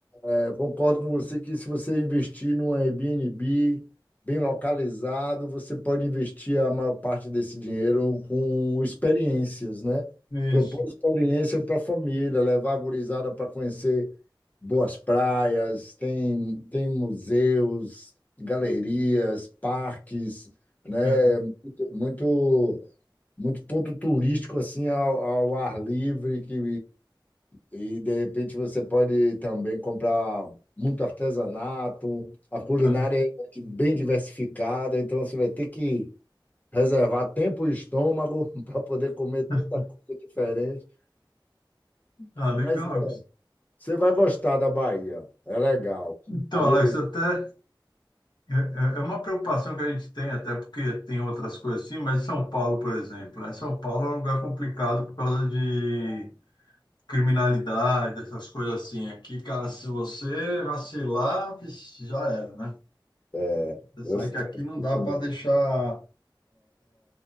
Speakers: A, on the left; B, on the left.
A: É, concordo com você que se você investir num Airbnb bem localizado, você pode investir a maior parte desse dinheiro com experiências, né?
B: Isso.
A: Propor experiência para a família, levar a gurizada para conhecer boas praias, tem, tem museus, galerias, parques, né?
B: Aham,
A: Muito, muito, muito ponto turístico assim ao, ao ar livre que e de repente você pode também comprar muito artesanato, a culinária
B: aham.
A: é bem diversificada, então você vai ter que reservar tempo e estômago <laughs> para poder comer tanta
B: <laughs>
A: coisa diferente.
B: Ah, legal.
A: Mas
B: isso.
A: você vai gostar da Bahia, é legal.
B: Então,
A: Agora,
B: Alex, até É é é uma preocupação que a gente tem, até porque tem outras coisas assim, mas São Paulo, por exemplo, né? São Paulo é um lugar complicado por causa de criminalidade, essas coisas assim. Aqui, cara, se você vacilar, vixe, já era, né?
A: é,
B: Você
A: eu
B: sabe
A: estou
B: que aqui não dá
A: entendendo.
B: para deixar,